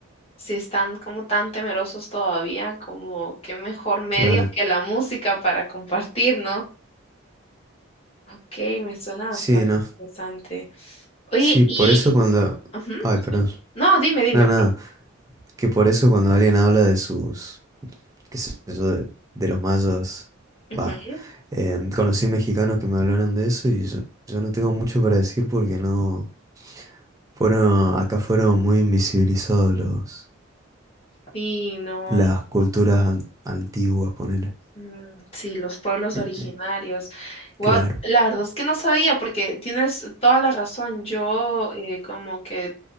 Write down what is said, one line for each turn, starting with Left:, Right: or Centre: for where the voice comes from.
Left: si están como tan temerosos todavía, como qué mejor medio
Right: Claro.
Left: que la música para compartir, ¿no? Ok, me suena
Right: Sí,
Left: bastante
Right: no.
Left: interesante. Oye,
Right: Sí,
Left: y...
Right: por eso cuando...
Left: ujú,
Right: Ay, perdón.
Left: No, dime, dime.
Right: Nada, nada. Que por eso cuando alguien habla de sus, qué sé yo, de, de los mayas,
Left: Ujú,
Right: va, eh, conocí mexicanos que me hablaron de eso y yo, yo no tengo mucho para decir porque no, fueron, acá fueron muy invisibilizados los,
Left: Sí, no.
Right: las culturas an- antiguas, ponele.
Left: Mm, Sí, los pueblos
Right: <clears throat>
Left: originarios. Wow,
Right: Claro,
Left: la verdad es que no sabía, porque tienes toda la razón. Yo eh, como que